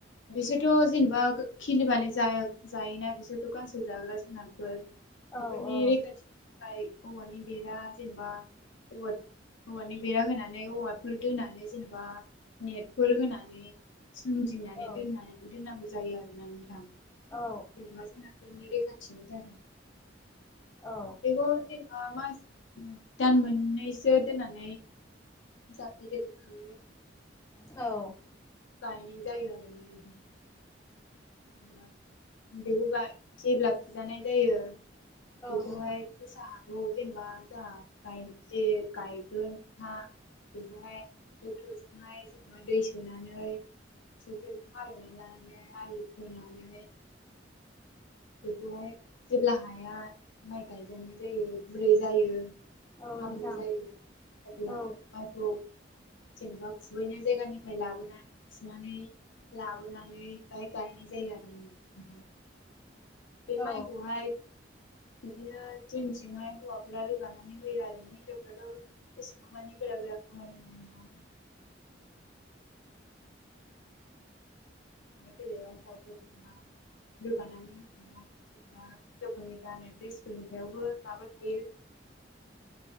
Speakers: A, on the left; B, on the left.
A: बिसोरथ' जेनेबा खिलिबानो जायो। जायोना बिसोरथ' गांसो जाग्रा जुनारफोर। बेफोरनि
B: औ औ
A: रैखाथिनि थाखाय औवानि बेर जेनेबा औवानि औवनि बेरा होनानै, औवाफोर दोनानै जेनेबा फोर होनानै सोमजिनानै
B: औ
A: दोन दोननांगौ जायो आरोना नोंथां।
B: औ
A: जेनिबा जुनारफोरनि रैखाथिनि थाखाय।
B: औ
A: बेखौ जेनेबा मास दान मोननैसो दोननानै ज <unintelligible>
B: औ
A: बेखौबा जे <unintelligible> सि जानाय जायो
B: औ
A: बेखौहाय
B: नोंथां
A: फिसा जेनेबा जोंहा गाइज गायगोन हा बेखौहाय ट्रेक्टरजोंहाय जेनेबा दै सोनानैेटरजों हाल'ना ला आलि खोनानै बेखौहाय जेब्ला हाया माइ गायजानाय जायो, गुरै जायो,
B: औ
A: हाब्रु
B: नोंथां
A: जायो, अब्ला
B: औ
A: माइखौ जेनेबा- दुबलि जायगानिफ्राय लाबोना थुनानै, लाबोनानै बियाव गायनाय जायो आरो ना? बे माइखौहाय
B: औ
A: बिदिनो जोंथिंहाय हौवाफ्रा रोगानानै होयो आरो ना? हिनावफ्राथ' एसेबां मानि गोरा गोरा <unintelligible> खस्थ' मोननाय बेलायाव हौवाफोर जोंहा रोगानानै होनायाव- दा गोदोनि गान्नाय द्रेसफोरनि सायावबो माबोरै थायो?